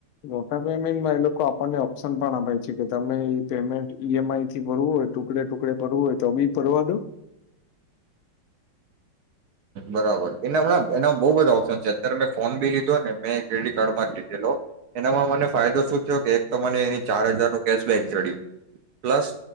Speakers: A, on the left; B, on the right.
A: મોટા પેમેન્ટમાં એ લોકો આપણને ઓપ્શન પણ આપે છે. કે તમે એ પેમેન્ટ ઈએમઆઈ થી ભરવું હોય, ટુકડે ટુકડે ભરવું હોય તો બી ભરવા દો.
B: બરાબર, એના એના બઉ બધા ઓપ્શન છે. અત્યારે મેં ફોન બી લીધો, ને મેં ક્રેડિટ કાર્ડમાં જ લીધેલો. એનામાં મને ફાયદો શું? એક તો મને ચાર હજાર નું કેશ બેગ જડ્યું, પ્લસ